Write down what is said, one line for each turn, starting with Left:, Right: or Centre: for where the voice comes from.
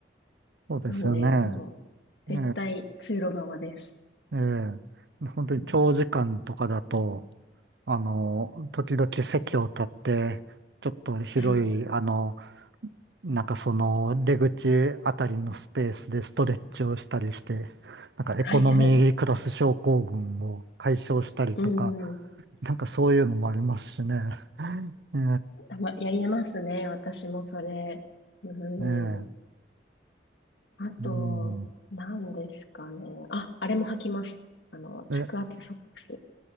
Right: そうですよね。
Left: なので、もう、絶対通路側です。
Right: ええ、ええ。本当に長時間とかだと、
Left: うん。
Right: あの、時々席を立って、ちょっと広い、
Left: はい、
Right: あの、なんかその出口あたりのスペースでストレッチをしたりして、なんかエコノミークラス症候群を解消したりとか、
Left: はい、はい。うん、うん。
Right: なんかそういうのもありますしね。え
Left: たま、やりますね。私もそれ。うん。
Right: え、ええ、
Left: あと、
Right: うん。
Left: 何ですかね。あ、あれも履きます。あの、
Right: え、
Left: 着圧ソックス。